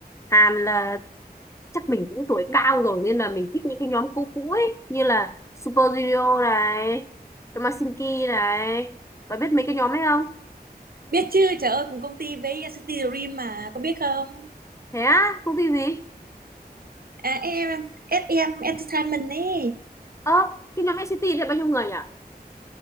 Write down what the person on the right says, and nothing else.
biết chứ trời ơi cùng công ty với City Dream mà có biết không
à, em SM Entertainment ấy